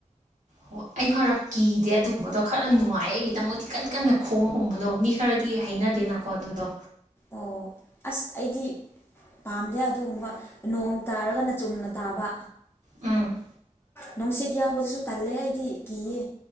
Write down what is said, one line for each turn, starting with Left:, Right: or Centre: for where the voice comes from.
Right: ꯍꯣꯏ ꯑꯩ ꯈꯔ ꯀꯤꯗꯦ ꯑꯗꯨꯒꯨꯝꯕꯗꯣ ꯈꯔ ꯅꯨꯡꯉꯥꯏ ꯑꯩꯒꯤꯗꯃꯛꯇꯗꯤ ꯀꯟ ꯀꯟꯅ ꯈꯣꯡꯒꯨꯝꯕꯗꯣ ꯃꯤ ꯈꯔꯗꯤ ꯍꯩꯅꯗꯦ ꯅꯀ ꯑꯗꯨꯣ
Left: ꯑꯣ ꯑꯁ ꯑꯩꯗꯤ ꯄꯥꯝꯗꯦ ꯑꯗꯨꯒꯨꯝꯕ ꯅꯣꯡ ꯇꯥꯔꯒꯅ ꯆꯨꯝꯅ ꯇꯥꯕ
Right: ꯎꯝ
Left: ꯅꯨꯡꯁꯤꯠ ꯌꯥꯎꯕꯗꯨꯁꯨ ꯇꯜꯂꯦ ꯑꯩꯗꯤ ꯀꯤꯌꯦ